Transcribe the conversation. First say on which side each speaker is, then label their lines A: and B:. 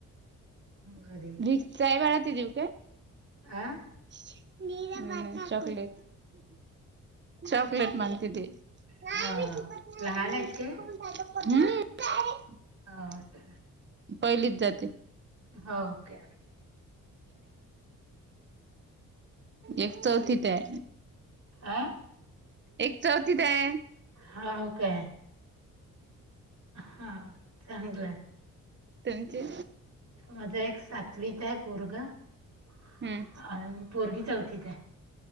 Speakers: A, on the right; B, on the right.
A: घरी
B: <unintelligible>
A: आ..
B: चॉकलेट ह चॉकलेट, चॉकलेट मागती ती..
A: हा
B: नाही मी थूकत
A: लहान आहेत काय
B: नाही. <unintelligible>
A: हो का
B: पहिलीत जाते.
A: हो काय.
B: एक चौथीत हे.
A: आ
B: एक चौथत हे.
A: होऊ काय हा चांगलंय.
B: तुमची?
A: माझ एक सातवीत हे पोरग अ
B: हम्म
A: पोरगी चौथीत आहे.